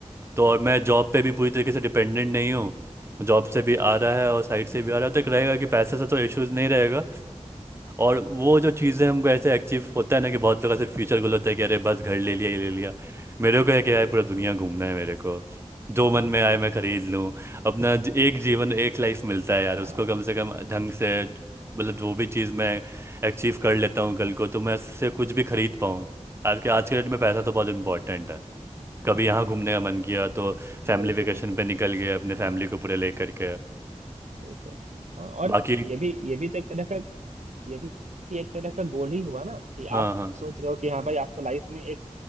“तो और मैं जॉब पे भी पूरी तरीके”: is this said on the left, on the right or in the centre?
Right